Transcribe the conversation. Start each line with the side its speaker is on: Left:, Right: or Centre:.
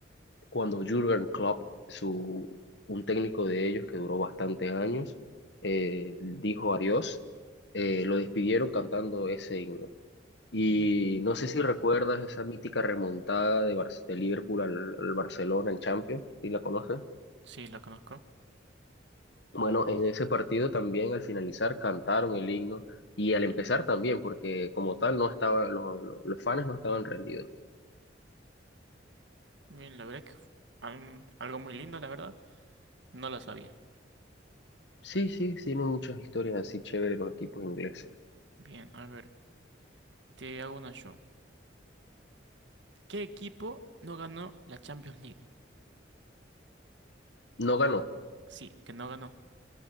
Left: cuando Jürgen Klopp, su, un técnico de ellos que duró bastantes años, eh, dijo adiós, eh, lo despidieron cantando ese himno. Y
Right: mira,
Left: no sé si recuerdas esa mítica remontada de, Bar- de Liverpool al, al Barcelona en Champions, si la conoces.
Right: sí, lo conozco.
Left: Bueno, en ese partido también al finalizar cantaron el himno y al empezar también, porque como tal no estaba, los, los, los fans no estaban rendidos.
Right: Bien, la verdad es que f- am- algo muy lindo, la verdad, no lo sabía.
Left: Sí, sí, tienen muchas historias así chéveres los equipos ingleses.
Right: Bien, a ver, te hago una yo. ¿Qué equipo no ganó la Champions League?
Left: No ganó.
Right: Sí, que no ganó.